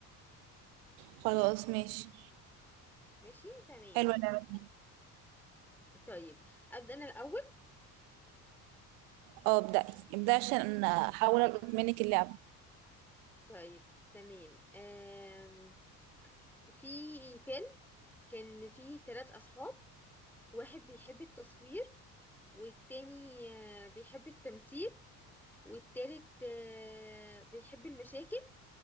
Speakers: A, on the right (about 50°); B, in the centre.
A: خلاص ماشي
B: ماشي تمام
A: حلوة اللعبة دي
B: طيب ابدا انا الاول
A: اه ابدأي ابدأي عشان أنا احاول القط منك اللعبة
B: طيب تمام آم... في فيلم كان فيه ثلاث اصحاب واحد بيحب التصوير والتاني آه، بيحب التمثيل والتالت آه، بيحب المشاكل